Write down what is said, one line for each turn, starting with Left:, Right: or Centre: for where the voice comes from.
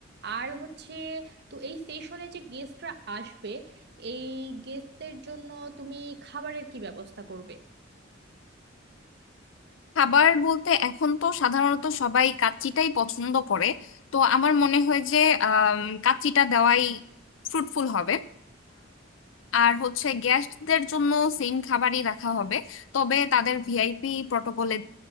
Right: আর হচ্ছে তো এই সেশনে যে গেস্টরা আসবে এই গেস্টদের জন্য তুমি খাবারের কি ব্যবস্থা করবে
Left: খাবার বলতে এখন তো সাধারণত সবাই কাচ্চিটাই পছন্দ করে তো আমার মনে হয় যে আম, কাচ্চিটা দেওয়াই ফ্রুটফুল হবে আর হচ্ছে গেস্টদের জন্য সেম খাবারই রাখা হবে তবে তাদের ভিআইপি প্রটোকলে